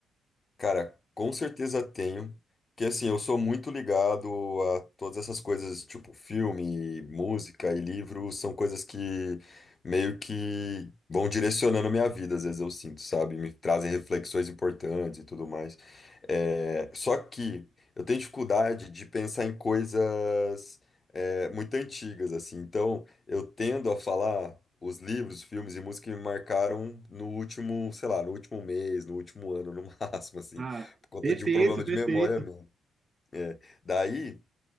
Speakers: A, on the left; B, on the right.
A: Cara, com certeza tenho. Porque assim, eu sou muito ligado a todas essas coisas, tipo filme, música e livro, são coisas que meio que vão direcionando a minha vida, às vezes eu sinto, sabe? Me trazem reflexões importantes e tudo mais. É, Só que eu tenho dificuldade de pensar em coisas é, muito antigas, assim. Então. Eu tendo a falar os livros, filmes e música que me marcaram no último, sei lá, no último mês, no último ano, no <laughs> máximo, assim,
B: Ah,
A: por conta
B: perfeito,
A: de um problema
B: perfeito.
A: de memória mesmo. É. Daí,